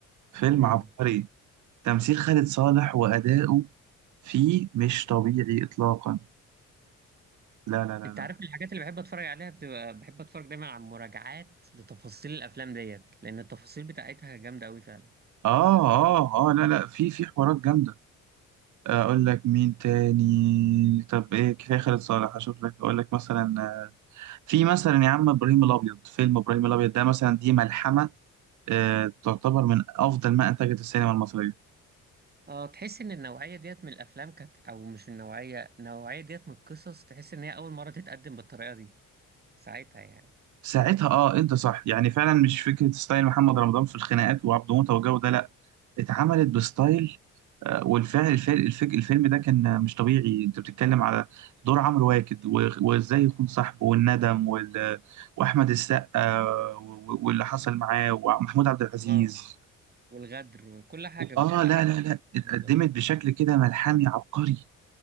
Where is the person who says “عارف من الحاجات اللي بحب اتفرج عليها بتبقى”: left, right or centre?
Right